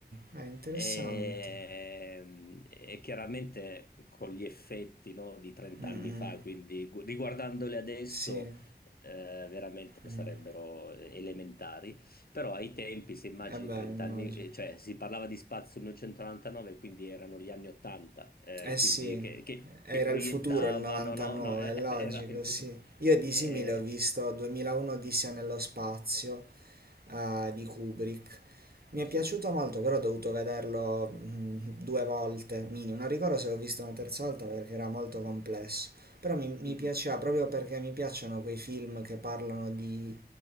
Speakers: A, on the right (about 65°); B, on the left (about 60°).
A: È interessante.
B: E, e chiaramente con gli effetti, no, di 30
A: Mm,
B: anni
A: mm.
B: fa, quindi gu- riguardandoli adesso,
A: Sì.
B: eh, veramente
A: Mm.
B: sarebbero eh, elementari, però ai tempi, se immagini
A: Eh beh,
B: 30
A: immagino.
B: anni, eh, cioè si parlava di spazio nel 1999, quindi erano gli anni 80, eh,
A: Eh sì.
B: quindi che, che-
A: Era
B: che proiettavano,
A: il futuro, il 99,
B: no, no, eh,
A: è logico,
B: <laughs> era il futuro.
A: sì. Io di
B: Eh,
A: simile ho visto 2001 Odissea nello spazio eh, di Kubrick. Mi
B: sì.
A: è piaciuto molto, però ho dovuto vederlo mm, due volte, minimo. Non ricordo se l'ho visto una terza volta perché era molto complesso. Però mi, mi
B: Mm,
A: piaceva
B: mm.
A: proprio perché mi piacciono quei film che parlano di